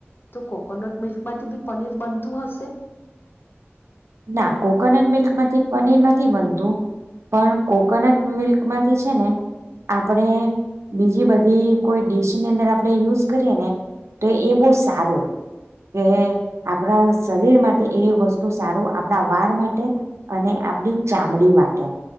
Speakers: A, on the left (about 50°); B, on the right (about 80°).
A: તો કોકોનટ મિલ્કમાંથી બી પનીર બનતું હશે.
B: ના કોકોનટ મિલ્ક માંથી પનીર નથી બનતું પણ કોકોનટ મિલ્કમાંથી છે ને આપણે બીજી બધી કોઈ ડીશની અંદર આપણે યુઝ કરીએ ને તો એ બહુ સારું કે આપણા શરીર માટે એ વસ્તુ સારું. આપણા વાર માટે અને આપડી ચામડી માટે.